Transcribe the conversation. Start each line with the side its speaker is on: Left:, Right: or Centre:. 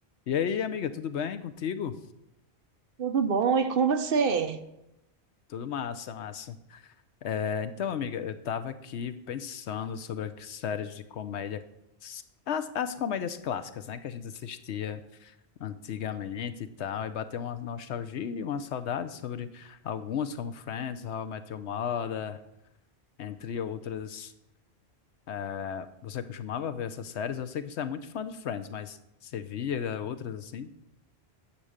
Left: E aí, amiga, tudo bem contigo?
Right: Tudo bom? E com você?
Left: Tudo massa, massa. É, então, amiga, eu tava aqui pensando sobre as séries de comédia, as, as comédias clássicas, né, que a gente assistia antigamente e tal, e bateu uma nostalgia, e uma saudade sobre algumas, como Friends, How I Met Your Mother, entre outras. É, você costumava ver essas séries? Eu sei que você é muito fã de Friends, mas você via outras assim?